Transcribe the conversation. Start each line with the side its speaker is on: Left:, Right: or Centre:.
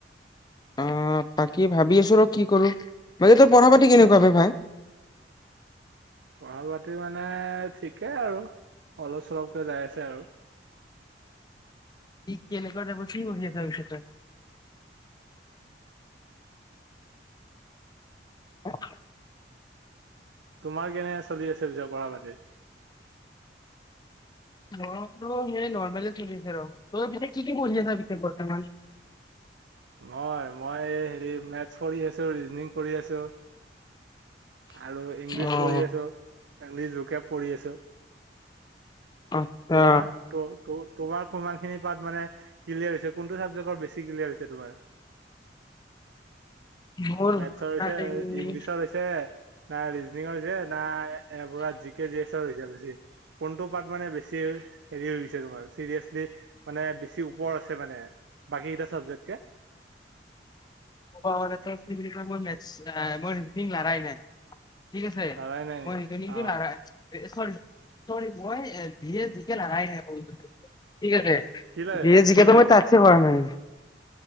Left: অ' বাকী ভাবি আছো ৰ কি কৰো, বাকী তই পঢ়া পাতি কেনেকুৱা বে ভাই?
Right: পঢ়া পাতি মানে ঠিকেই আৰু, অলপ চলপকে যাই আছে আৰু।
Left: ঠিক কেনেকুৱা তাইপৰ, কি পঢ়ি আছা পিছে তই? <unintelligible>
Right: তোমাৰ কেনে চলি আছে পিছে পঢ়া পাতি?
Left: মোৰ ত' সেই নৰমেল চলি আছে ৰ, তোৰ পিছে কি কি পঢ়ি আছা পিছে বৰ্তমান?
Right: মই, মই হেৰি মেথছ পঢ়ি আছো, ৰিজনিঙ পঢ়ি আছো। আৰু ইংলিছ
Left: অ',
Right: পঢ়ি আছো। আংলি জুকে পৰি আছো।
Left: আচ্ছা।
Right: তোমাৰ, ত তোৰ। তোমাৰ কিমান খিনি পাঠ মানে ক্লিয়াৰ হৈছে, কোনটো ছাবজেক্টৰ বেছি ক্লিয়াৰ হৈছে? তোমাৰ
Left: মোৰ
Right: মেথছৰ
Left: ভাই
Right: হৈছে, ইংলিছৰ হৈছে। নাই ৰিজনিংৰ হৈছে। নাই এবুৰা, জি, কে, জি, এছৰ হৈছে বেছি। কোনটো পাৰ্ট মানে বেছি হেৰি হৈ গৈছে তোমাৰ, চিৰিয়াচলি মানে বেছি ওপৰ আছে মানে, বাকী কেইটা চাবজেক্ট <unintelligible>
Left: কি বুলি কয়, মোৰ মেটছ নাই, মই ৰিজিনিং লাৰাই নাই। ঠিক আছে,
Right: লৰাই নাই নেকি
Left: মই ৰিজনং
Right: অ
Left: টো লাৰাই চৰি, মই ইভিএছ, জিকে লৰাই নাই। ঠিক আছে,
Right: কি ল
Left: জিকে চিকে
Right: কি লাৰিছা
Left: ত মই তাতচে কৰা নাই।